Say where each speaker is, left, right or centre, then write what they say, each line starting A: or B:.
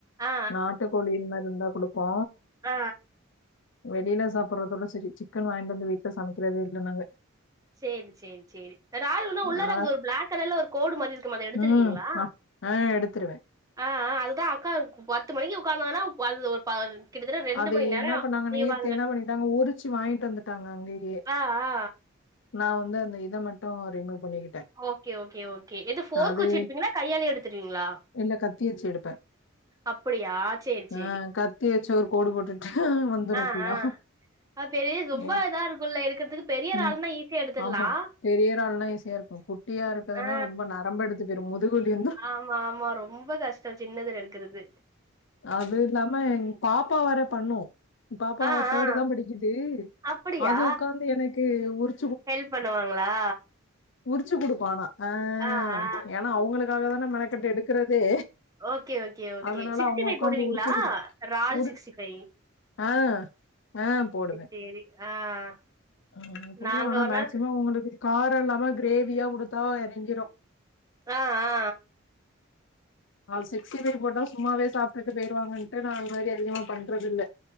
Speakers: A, on the right; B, on the left.
A: ஆ ஆ
B: நாட்டு கோழிமார் இருந்தா குடுப்போ
A: ஆ
B: வெளியில சாப்புறதோட செரி சிக்கன் வாய்ன்டு வந்து வீட்ல சமைக்கிறதே இல்ல நாங்க
A: சேரி சேரி சேரி இறால் உள்ள உள்ளதாகிது
B: ஆ
A: ப்ளா க் கலர்ல ஒரு கோடு மாரி இருக்குமே அத எடுத்துருவீங்களா
B: ம் ஆ எடுத்துருவே
A: ஆ ஆ அதுதா அக்கா பத்து மணிக்கு உக்காந்தாங்கன்னா அது ஒரு ப கிட்டத்தட்ட ரெண்டு
B: அது
A: மணி நேரோ
B: இன்ன பண்ணாங்க
A: செய்வாங்க
B: நேத்து என்ன பண்ணிடாங்க உரிச்சு வாங்கிட்டு வந்துட்டாங்க அங்கயே
A: ஆ ஆ
B: நா வந்து அந்த இத மட் ட்டு ரிமூ பண்ணிக்கிட்டே
A: ஓகே ஓகே ஓகே எது ஃபோர்க்
B: அது
A: வச்சி எடுப்பீங்களா கையாலே எடுத்துருவீங்ளா
B: இல்ல கத்தி வெச்சு எடுப்ப
A: அப்படியா சேரி சேரி
B: ஆ கத்தி வச்சு ஒரு கோடு போட்டுட்டு வந்துரு
A: ஆ
B: ஃபுல்லா
A: ஆ அது பெரிய ரொம்ப
B: ம்
A: இதா இருக்குல்ல எடுக்கறதுக்கு பெரிய இறால்னா
B: ம்.
A: ஈஸியா எடுத்துர்லா
B: ஆமா பெரிய இறால்னா ஈஸியா இருக்கு குட்டியா இருக்குதுன்னா
A: ஆ
B: ரொம்ப நரம்பு எடுத்து போய்ரோ முதுகுவலி வந்துரு
A: ஆமா ஆமா ரொம்ப கஷ்டோ சின்னதுல எடுக்குறது
B: அது இல்லாம எங் பாப்பா வேற பண்ணு எங் பாப்பா
A: ஆ
B: தர்டு
A: ஆ
B: தா படிக்குது
A: அப்படியா
B: அது உக்காந்து எனக்கு உர்
A: ஹெல்ப் பண்ணுவாங்களா
B: உரிச்சு குடுப்பா ஆனா அ
A: ஆ ஆ
B: ஏன்னா அவுங்களுக்காக தான மெனக்கட்டு எடுக்கறதே
A: ஓகே ஓகே ஓகே
B: அதனால
A: சிக்ஸ்டி
B: அவங்க
A: ஃபை
B: உக்காந்து
A: போடுவீங்களா
B: உரிச்சு குடுத்து
A: இறால்
B: ஒரு
A: சிக்ஸ்டி ஃபை
B: ஆ ஆ போடுவே
A: சேரி ஆ
B: அ போடுவ
A: நாங்க
B: ஆனா
A: ஒரு நாள்
B: மேக்சிமம் அவுங்களுக்கு காரோ இல்லாம கிரேவியா குடுத்தா எறங்கிரு
A: ஆ ஆ
B: அது சிக்ஸ்டி ஃபை போட்டா சும்மாவே சாப்ட்டுட்டு போயிருவாங்கன்ட்டு நா அந்தமாரி அதிகமா பண்றது இல்ல